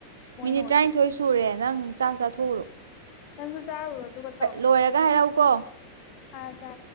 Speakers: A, on the left; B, on the right.
A: ꯃꯣꯏꯅ
B: ꯃꯤꯅꯤꯠ
A: ꯑꯣꯏꯗꯣꯏꯅꯦ
B: ꯇꯔꯥꯅꯤꯊꯣꯏ ꯁꯨꯔꯦ ꯅꯪ ꯆꯥꯛ ꯆꯥꯊꯣꯛꯎꯔꯣ
A: ꯅꯪꯁꯨ ꯆꯥꯔꯨꯔꯣ ꯑꯗꯨꯒ
B: ꯂꯣꯏꯔꯒ ꯍꯥꯏꯔꯛꯎꯀꯣ
A: ꯍ ꯀ